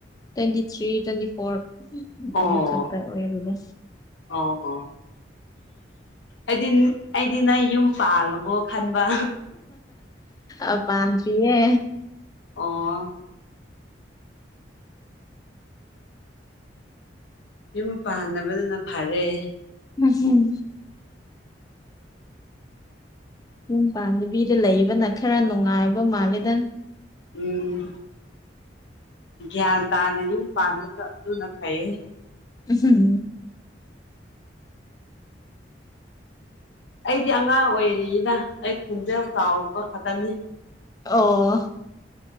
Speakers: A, on the left (about 20°); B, on the left (about 75°).
A: ꯇ꯭ꯋꯦꯟꯇꯤ ꯊ꯭ꯔꯤ ꯇ꯭ꯋꯦꯟꯇꯤ ꯐꯣꯔꯒꯨꯝꯕ
B: ꯑꯣ
A: ꯈꯛꯇ ꯑꯣꯏꯔꯒ
B: ꯑꯣ ꯑꯣ ꯑꯩꯗꯤ ꯑꯩꯗꯤ ꯅꯪ ꯌꯨꯝ ꯄꯥꯜꯂꯕꯣ ꯈꯟꯕ
A: ꯑ ꯄꯥꯟ ꯄꯤꯌꯦ
B: ꯑꯣ ꯌꯨꯝ ꯄꯥꯟꯅꯕꯗꯨꯅ ꯐꯔꯦ
A: ꯎꯝ ꯌꯨꯝ ꯄꯥꯟꯗꯕꯤꯗ ꯂꯩꯕꯅ ꯈꯔ ꯅꯨꯡꯉꯥꯏꯕ ꯃꯥꯜꯂꯦꯗ
B: ꯎꯝ ꯒ꯭ꯌꯥꯟ ꯇꯥꯅ ꯌꯨꯝ ꯄꯥꯟꯕ ꯑꯗꯨꯅ ꯐꯩꯌꯦ
A: ꯍꯝ
B: ꯑꯩꯗꯤ ꯑꯉꯥꯡ ꯑꯣꯏꯔꯤꯅ ꯑꯩ ꯈꯣꯟꯖꯦꯜ ꯆꯥꯎꯕ ꯈꯛꯇꯅꯤ
A: ꯑꯣ